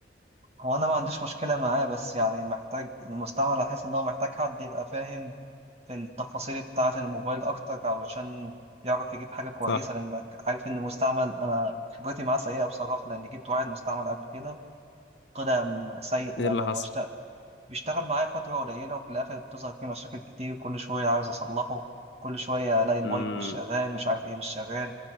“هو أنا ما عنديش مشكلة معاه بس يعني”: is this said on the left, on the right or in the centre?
Right